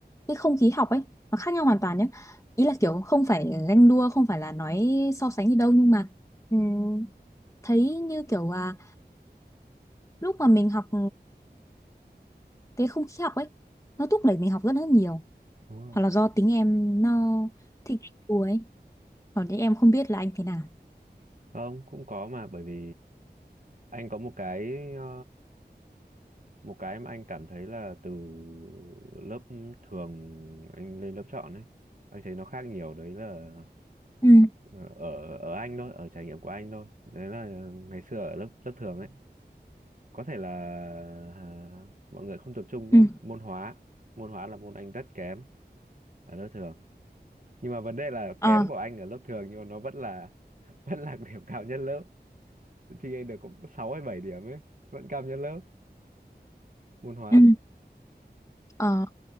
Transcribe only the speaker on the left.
cái không khí học ấy nó khác nhau hoàn toàn nhé ý là kiểu không phải ganh đua không phải là nói so sánh gì đâu nhưng mà ừm, thấy như kiểu là lúc mà mình học thế không khí học ấy nó thúc đẩy mình học rất là nhiều
hoặc là do tính em nó thích đùa ấy còn thì em không biết là anh thế nào
ừ
ừ
ờ
ừ Ờ,